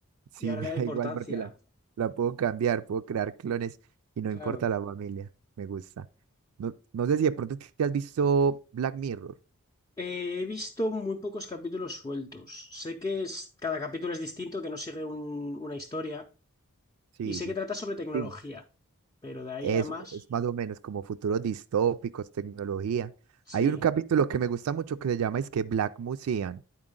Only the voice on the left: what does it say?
y ahora
le da
importancia.
Claro.
Eh, he visto muy pocos capítulos sueltos. Sé que es, cada capítulo es distinto, que no sigue un- una historia.
Y sé que trata sobre tecnología,
pero de ahí
a más,
sí.